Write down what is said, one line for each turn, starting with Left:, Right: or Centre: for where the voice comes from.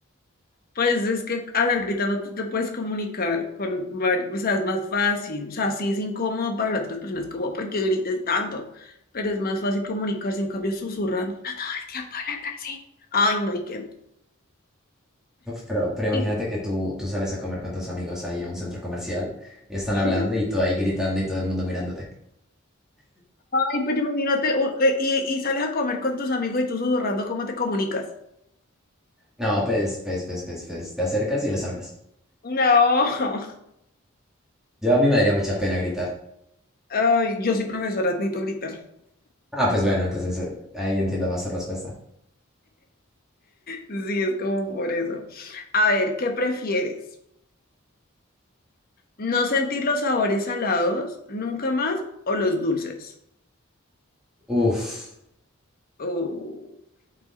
Left: Pues es que hablar gritando tú te puedes comunicar con, var- o sea, es más fácil. O sea, sí es incómodo para las otras personas, como, ¿por qué grites tanto? Pero es más fácil comunicarse, en cambio, susurrando. No todo el tiempo hablando así. Ay, no, y qué.
Centre: Uf, pero, pero imagínate
Left: Y-
Centre: que tú, tú sales a comer con tus amigos ahí a un centro comercial y están
Left: <laughs>
Centre: hablando y tú ahí gritando y todo el mundo mirándote.
Left: Ay, pero imagínate, u- eh, y, y sales a comer con tus amigos y tú susurrando, ¿cómo te comunicas?
Centre: No, pues, pues, pues, pues, pues, te acercas y les hablas.
Left: No. <laughs>
Centre: Yo a mí me daría mucha pena gritar.
Left: Ay, yo soy profesora, necesito gritar.
Centre: Ah, pues bueno, entonces eh, ahí entiendo más tu respuesta.
Left: Sí, es como por eso. A ver, ¿qué prefieres? ¿No sentir los sabores salados nunca más o los dulces?
Centre: Uf,
Left: Oh,